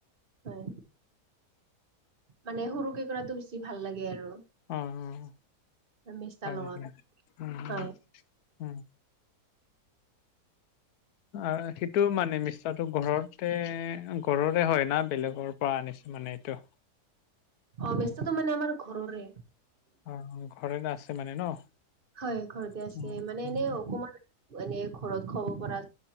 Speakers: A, on the right (about 40°); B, on the left (about 70°).
A: হয়, মানে সৰু কেকুৰাটো বেছি ভাল লাগে আৰু।
B: উম উম
A: মেষ্টাৰ
B: হয়
A: লগত
B: হয় উম উম
A: হয়
B: উম। অ সেইটো মানে মিষ্টাটো ঘৰতে ঘৰৰে হয় না বেলেগৰ, পৰা আনিছো মানে এইটো
A: অ মেষ্টতো মানে আমাৰ ঘৰৰে,
B: অ ঘৰ আছে মানে ন
A: হয় ঘৰতে
B: উম
A: আছে মানে
B: উম
A: এনে অকমান, মানে ঘৰচ খাব পৰা